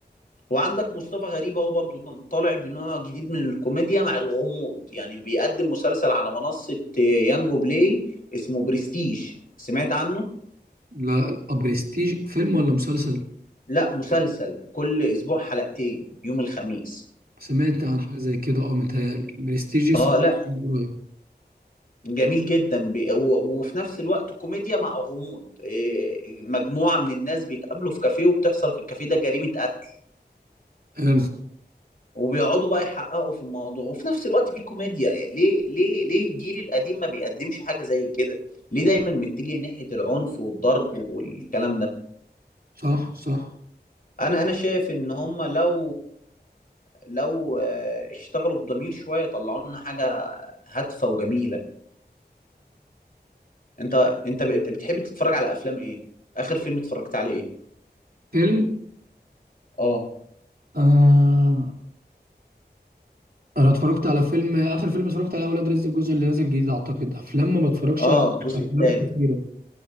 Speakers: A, on the left (about 55°); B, on the right (about 60°).
A: وعندك مصطفى غريب اهو برضو طالع بنوع جديد من الكوميديا مع الغموض يعني بيقدم مسلسل على منصة يانجو بلاي اسمه برستيج سمعت عنه؟
B: لا آه، برستيج فيلم ولا مسلسل
A: لا مسلسل كل اسبوع حلقتين يوم الخميس
B: سمعت عن حاجه زي كده اه متهيألي برستيج س-
A: اه لا
B: قريب
A: جميل جدا بي... و- وفي نفس الوقت كوميديا مع غموض إيه، مجموعة من الناس بيتقابلوا في كافيه وبتحصل في الكافيه ده جريمة قتل
B: حلو
A: وبيقعدوا بقى يحققوا في الموضوع وفي نفس الوقت في كوميديا ليه ليه ليه الجيل القديم ما بيقدمش حاجة زي كده ليه دايما متجه ناحية العنف والضرب والكلام ده
B: صح صح
A: انا انا شايف ان هم لو لو اشتغلوا بضمير شوية طلعوا لنا حاجة هادفة وجميلة انت انت بت- بتحب تتفرج على افلام ايه اخر فيلم اتفرجت عليه ايه
B: فيلم
A: اه
B: آه انا اتفرجت على فيلم اخر فيلم اتفرجت على اولاد رزق الجزء اللي نازل جديد اعتقد افلام ما بتفرجش
A: اه
B: على
A: الجزء
B: افلام
A: الثالث
B: كتيره